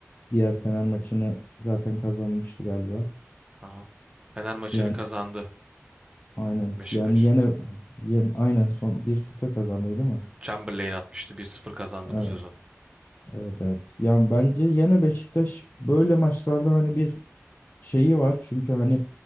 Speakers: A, on the left (about 45°); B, on the right (about 20°).
A: Diğer Fener maçını zaten kazanmıştı galiba.
B: Aha. Fener maçını
A: Yani
B: kazandı
A: aynen.
B: Beşiktaş.
A: Yani yine, yine aynen son bir sıfır kazandıydı değil mi?
B: Chamberlain atmıştı bir sıfır kazandı
A: Evet.
B: bu sezon.
A: Evet evet. Yani bence yine Beşiktaş böyle maçlarda hani bir şeyi var. Çünkü hani